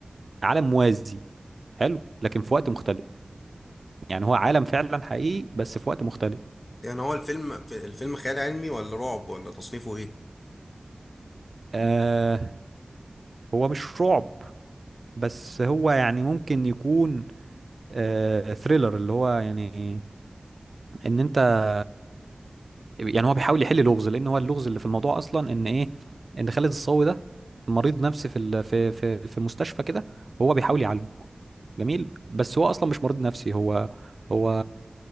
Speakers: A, on the right (about 60°); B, on the left (about 55°).
A: عالم موازي حلو لكن في وقت مختلف يعني هو عالم فعلا حقيقي بس في وقت مختلف
B: يعني هو الفيلم الفيلم خيال علمي ولا رعب ولا تصنيفه ايه
A: آه هو مش رعب بس هو يعني ممكن يكون آه ثريلر اللي هو يعني ان انت يعني هو بيحاول يحل لغز لان هو اللغز اللي في الموضوع اصلا ان ايه ان خالد الصاوي ده مريض نفسي في ال... في في في مستشفى كده هو بيحاول يعالجه جميل بس هو اصلا مش مريض نفسي هو هو